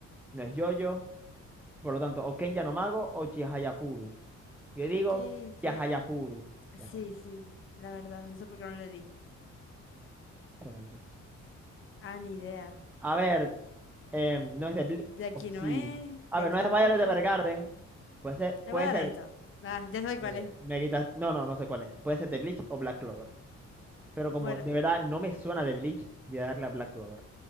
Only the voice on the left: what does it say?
Ok, este.
Sí,
sí, la verdad, no sé por qué no le di.
Ah, ni idea.
De aquí
no es,
de
aquí
tampoco.
Le
voy a dar
a esto. Ah, ya sabes cuál
es.
Bueno,